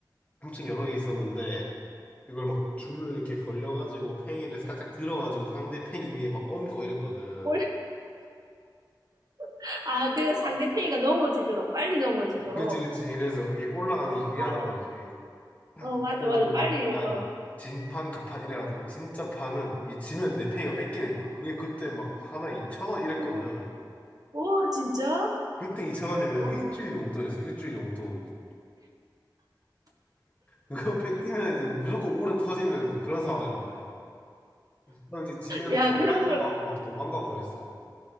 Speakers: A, on the left; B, on the right.
A: 엄청 여러 개 있었는데 이걸 막 줄을 이렇게 벌려가지고 팽이를 살짝 들어가지고 상대 팽이 위에 막 얹고 이랬거든.
B: 올- <laughs> 아, 그래서 상대편이가 넘어지도록, 빨리 넘어지도록.
A: 그치 그치 그래서 이게 올라가는
B: 어,
A: 게 유리하단
B: 맞아, 맞아.
A: 말이지.
B: 어, 맞아,
A: 그래가지고
B: 맞아.
A: 막
B: 빨리,
A: 약간
B: 어,
A: 진판 가판 이래가지고 진짜 판은 이 지면 내 팽이가 뺏기는 거야. 그게 그때 막 하나 2천 원 이랬거든.
B: 오, 오, 진짜?
A: 그때 2천 원이면
B: 어.
A: 일주일 용돈이었어. 일주일 용돈. <laughs> 그거 뺏기면 이제 무조건 울음 터지는 그런 상황이란 말이야. 그럼 이제 지면은
B: 야,
A: 가판이라고
B: 그런 걸,
A: 하고 막 도망가고 그랬어.